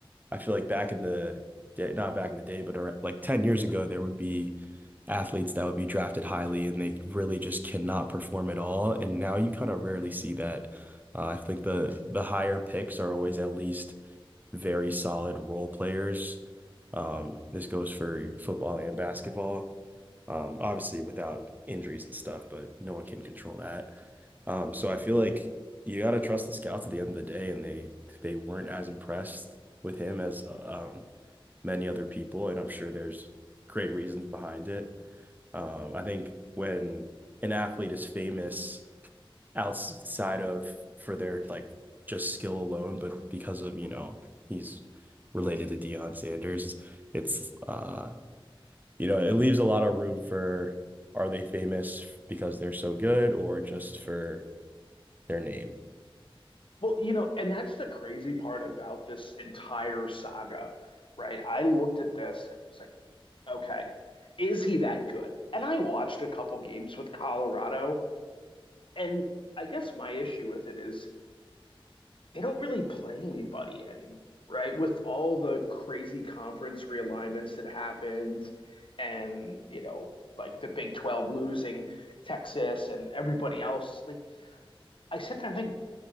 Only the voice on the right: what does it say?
I feel like back in the day, not back in the day, but ar- like 10 years ago, there would be athletes that would be drafted highly and they really just cannot perform at all. And now you kind of rarely see that. Uh, I think the the higher picks are always at least very solid role players. Um, this goes for football and basketball. Um, obviously without injuries and stuff, but no one can control that. Um, so I feel like you got to trust the scouts at the end of the day, and they they weren't as impressed with him as um, many other people, and I'm sure there's great reasons behind it. Um, I think when an athlete is famous outside of for their like just skill alone, but because of, you know, he's related to Deion Sanders, it's uh you know, it leaves a lot of room for are they famous because they're so good or just for their name?